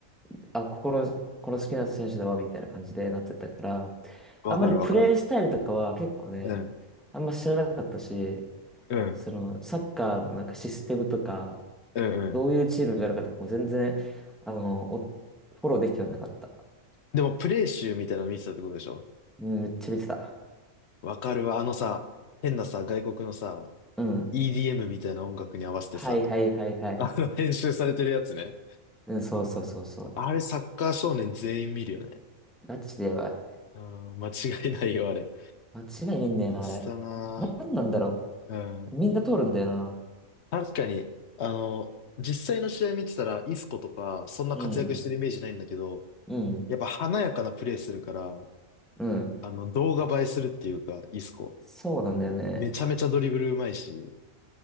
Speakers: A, in the centre; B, on the left (about 60°).
A: う、あ、ここの、この好きな選手だわ、みたいな感じでなってたから、
B: わかるわかる。
A: あんまりプレイスタイルとかは結構ね、
B: うん。
A: あんま知らなかったし、
B: うん。
A: その、サッカーのなんかシステムとか、
B: うんうん。
A: どういうチームがあるかとかも全然、あの、おフォローできてはなかった。
B: でもプレイ集みたいなの見てたってことでしょ
A: うんめっちゃ見てた。
B: わかるわ。あのさ、変なさ、外国のさ、
A: うん。
B: EDM みたいな音楽に合わせてさ、
A: はいはいはいはい。
B: あの、編集されてるやつね。
A: うん、そうそうそうそ
B: あれ、サッカー少年全員見るよね。
A: う。ガチでやばい。
B: うん、間違いないよ、あれ。
A: 間違いないんだよな、
B: 見てたな
A: あれ。な、なんなんだろ
B: ぁ。うん。
A: う。みんな通るんだよな。
B: 確かに、あの、実際の試合見てたら、イスコとか、そんな活躍してるイメージないんだけど、
A: うん、うん、
B: やっぱ華やかなプレーするから、
A: うん。
B: あの、動画映えするっていうか、イスコ。
A: そうなんだよね。
B: めちゃめちゃドリブルうまいし、